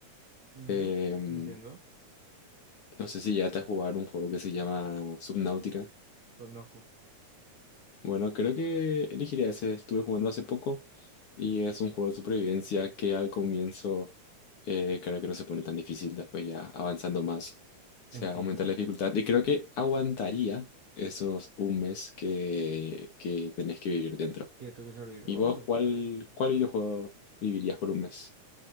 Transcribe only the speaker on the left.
Em,
no sé si llegaste a jugar un juego que se llama Subnautica.
Bueno, creo que elegiría ese. Estuve jugando hace poco y es un juego de supervivencia que al comienzo eh, creo que no se pone tan difícil, después ya avanzando más se
aumenta la dificultad y creo que aguantaría esos un mes que, que tenés que vivir dentro.
¿Y
vos cuál, cuál videojuego vivirías por un mes?